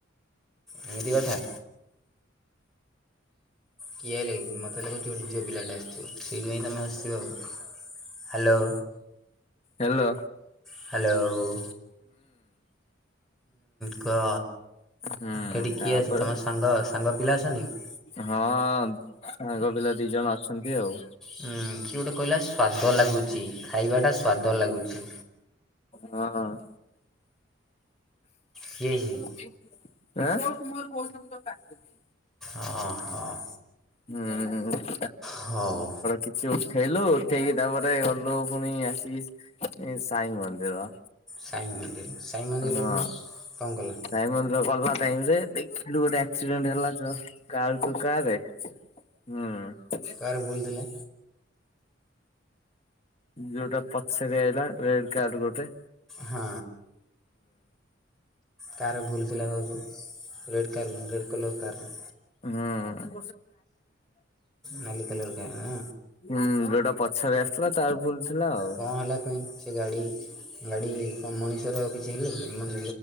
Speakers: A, in the centre; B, on the left.
A: ଏମିତି କଥା। କିଏ ଆଇଲା କି ମତେ ଲାଗୁଛି ଗୋଟେ ଝିଅ ପିଲାଟା ଆସିଥିବ ସେଇଥିପାଇଁ ତମେ ଆସିଥିବ ଆଉ। ହ୍ୟାଲୋ।
B: ହେଲୋ।
A: ହ୍ୟାଲୋ ହୁଁ କୁହ।
B: ହୁଁ
A: ସେଠି କିଏ
B: ତାପରେ
A: ଅଛି ତମ ସାଙ୍ଗ ସାଙ୍ଗ ପିଲା ଅଛନ୍ତି କି?
B: ହଁ ସାଙ୍ଗ ପିଲା ଦି ଜଣ ଅଛନ୍ତି ଆଉ।
A: ଉଁ କିଏ ଗୋଟେ କହିଲା ସ୍ବାଦ ଲାଗୁଚି ଖାଇବାଟା ସ୍ୱାଦ ଲାଗୁଚି।
B: ହଁ। <inaudible>
A: କିଏ ସିଏ।
B: ଏଁ <inaudible>
A: ଅ ହଁ।
B: <unintelligible>
A: ହଉ
B: କିଛି ଉଠେଇଲୁ ଉଠେଇକି ତାପରେ ଗଲୁ ପୁଣି ଆସିକି ଏ ସାଇ ମନ୍ଦିର।
A: ସାଇ ମନ୍ଦିର ସାଇ ମନ୍ଦିରରେ
B: ହଁ
A: ପୁଣି କଣ କଲ।
B: ସାଇ ମନ୍ଦିର ଗଲା ଟାଇମ ରେ ଦେଖିଲୁ ଗୋଟେ ଆକ୍ସିଡେଣ୍ଟ ହେଲା ତ କାର୍ କୁ କାରେ ହୁଁ।
A: କାରେ ଭୁଲଥିଲା।
B: ଯୋଉଟା ପଛରେ ଆଇଲା ରେଡ କାର ଗୋଟେ।
A: ହଁ କାର ଭୁଲ ଥିଲା ଭାବୁଚ। ରେଡ଼୍ କାରିଲ ରେଡ଼ କଲର କାରର।
B: ହଁ <inaudible>
A: ନାଲି କଲର୍ କାର୍ ନା
B: ହୁଁ ଯୋଉଟା ପଛରେ ଆସିଥିଲା ତାର ଭୁଲ। ଥିଲା ଆଉ।
A: କଣ ହେଲା ପଣି ସେ ଗାଡି ଗାଡି କଣ ମଣିଷର କିଛି ହେଲେ କି ମାନେ